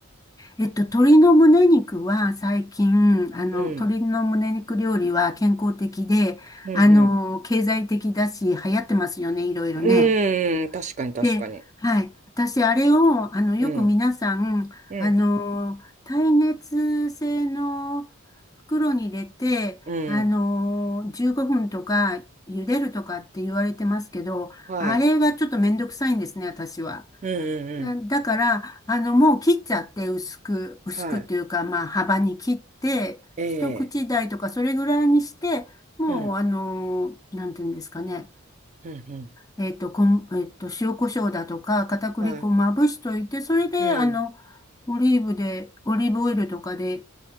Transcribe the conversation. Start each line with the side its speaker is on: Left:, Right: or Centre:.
Left: えっと、鶏の胸肉は最近、あの、
Right: うん。
Left: 鶏の胸肉料理は健康的で、
Right: うん、
Left: あの、
Right: うん。
Left: 経済的だし、流行ってますよね、いろいろね。
Right: うーん、確かに確かに。
Left: で、はい。私、あれを、あの、よく皆さん、
Right: うん。うん。
Left: あの、耐熱性の袋に入れて、
Right: うん。
Left: あの、15分とか、茹でるとかって言われてますけど、
Right: はい。
Left: あれがちょっとめんどくさいんですね、私は。
Right: うん、うん、
Left: あだから、
Right: うん。
Left: あの、もう切っちゃって、薄く、薄くっていうか、
Right: はい。
Left: まあ、幅に切って、
Right: ええ。
Left: 一口大とか、それぐらいにして、もう、
Right: うん。
Left: あの、なんていうんですかね、
Right: うん、うん。
Left: えっと、こん、えっと、塩コショウだとか、片栗粉をまぶしといて、
Right: はい。
Left: それで、
Right: うん。
Left: あの、オリーブで、オリーブオイルとかで